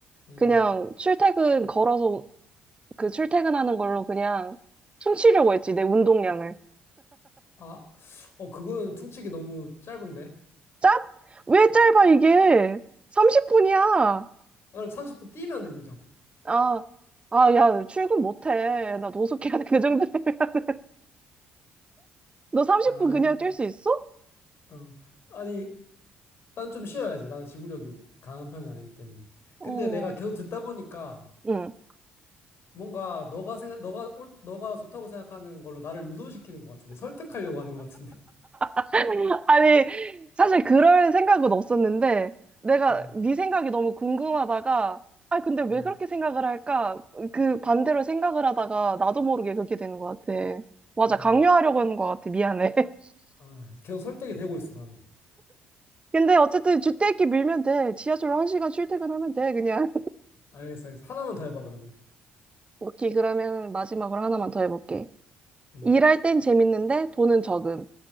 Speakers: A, on the left; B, on the right.
A: 음.
B: 그냥 출퇴근 걸어서 그 출퇴근하는 걸로 그냥 퉁치려고 했지, 내 운동량을.
A: 아, 어, 그거는 퉁치기 너무 짧은데?
B: 짭? 왜 짧아, 이게? 30분이야.
A: 아, 그럼 30분 뛰면은 인정.
B: 아, 아, 야, 출근 못해. 나 노숙해야 돼. 그 정도 되면. <laughs> 너 30분
A: 아,
B: 그냥 뛸 수 있어?
A: 어, 아니, 난 좀 쉬어야지. 나는 지구력이 강한 편은 아니기 때문에.
B: 어,
A: 근데 내가 계속 듣다 보니까
B: 응.
A: 뭔가 너가 생각, 너가 옳- 너가 좋다고 생각하는 걸로 나를 유도시키는 것 같은데, 설득하려고 하는 것 같은데. <laughs>
B: <laughs> 아니, 사실 그럴 생각은 없었는데, 내가
A: 어,
B: 네 생각이 너무 궁금하다가, 아, 근데 왜
A: 음,
B: 그렇게 생각을 할까? 그 반대로 생각을 하다가 나도 모르게 그렇게 되는 것 같아. 맞아,
A: 어,
B: 강요하려고 하는 것 같아. 미안해. <laughs>
A: 어, 계속 설득이 되고 있어, 나는.
B: 근데 어쨌든 주택기 밀면 돼. 지하철로 한 시간 출퇴근하면 돼, 그냥.
A: 알겠어, 알겠어. 하나만 더 해봐, 그러면.
B: 오케이, 그러면 마지막으로 하나만 더 해볼게.
A: 음.
B: 일할 땐 재밌는데 돈은 적음.